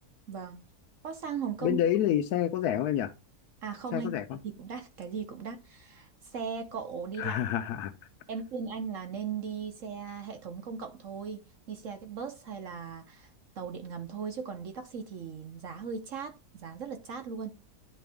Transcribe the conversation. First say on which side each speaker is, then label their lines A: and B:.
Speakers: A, on the right; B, on the left.
A: vâng. Có sang Hồng Kông
B: bên đấy thì xe có rẻ không em nhỉ
A: à không
B: xe
A: anh,
B: có rẻ không
A: cái gì cũng đắt, cái gì cũng đắt. Xe cộ đi
B: <laughs>
A: lại em khuyên anh là nên đi xe hệ thống công cộng thôi, đi xe cái bus hay là tàu điện ngầm thôi chứ còn đi taxi thì giá hơi chát, giá rất là chát luôn.